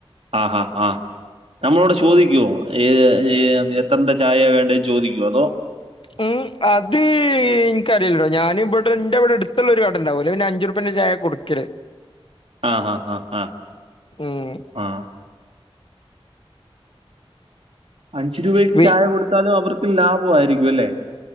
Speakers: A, on the right (about 80°); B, on the left (about 60°).
A: ആഹ് ഹ ആഹ് നമ്മളോട് ചോദിക്കുവോ ഏ എത്രണ്ട ചായയ വേണ്ടെന്ന് ചോദിക്കോ അതോ <inaudible>
B: ഉം അത് എനിക്കറിയില്ലോ ഞാന് ഇവിടെ എന്റെറെ ഇവിടെ എടുത്തുള്ള ഒരു കട ഉണ്ടാവല ഇന് അഞ്ചു രൂപേന്റെ ചായ കൊടുക്കല്.
A: ആഹ് <unintelligible>
B: ഉം
A: അഞ്ച് രൂപയ്ക്ക്
B: വി
A: ചായ കൊടുത്താലും അവർക്ക് ലാഭമായിരിക്കും അല്ലേ